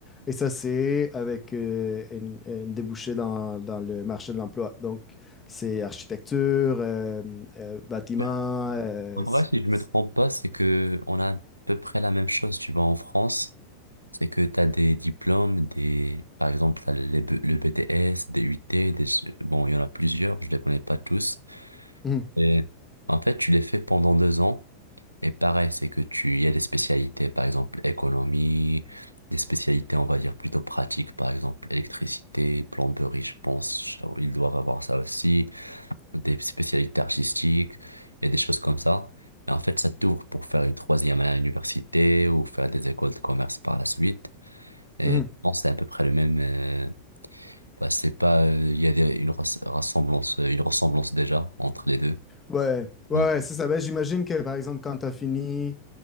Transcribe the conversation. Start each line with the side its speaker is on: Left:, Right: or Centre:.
Left: Et ça c'est avec euh, une, une débouchée dans, dans le marché de l'emploi. Donc, c'est architecture, euh, euh, bâtiment.
Right: Ouais.
Left: euh,
Right: En
Left: s-
Right: vrai, si je me
Left: s-
Right: trompe pas, c'est que on a à peu près la même chose, tu vois, en France. C'est que tu as des diplômes, des, par exemple, t'as les B- le BTS, des UT, des... bon, il y en a plusieurs, je les connais pas tous.
Left: Mhm,
Right: Et en fait, tu les fais pendant deux ans. Et pareil, c'est que tu, il y a des spécialités, par exemple, économie, des spécialités, on va dire, plutôt pratiques, par exemple, électricité, plomberie, je pense, ils doivent avoir ça aussi, des spécialités artistiques et des choses comme ça. Et en fait, ça t'ouvre pour faire une troisième année à l'université ou faire des écoles de commerce par la suite. Et
Left: mhm.
Right: je pense que c'est à peu près le même. euh, bah, c'est pas. euh, Il y a des- une res- ressemblance, euh, une ressemblance déjà entre les deux.
Left: Ouais, ouais,
Right: Mm.
Left: ouais, c'est ça. Ben, j'imagine que par exemple, quand tu as fini,